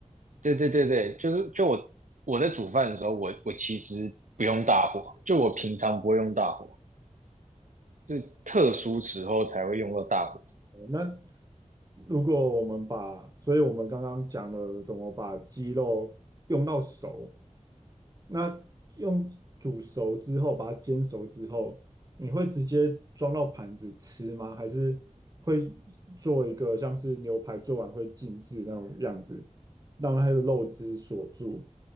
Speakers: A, on the right; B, on the right.
A: 对对对对，就是就我我在煮饭的时候，我我其实不用大火，就我平常不会用大火，是特殊时候才会用到大火。
B: 呃那如果我们把，所以我们刚刚讲了怎么把鸡肉用到熟，那用煮熟之后，把它煎熟之后，你会直接装到盘子吃吗？还是会做一个像是牛排做完会静置那种样子，让它的肉汁锁住，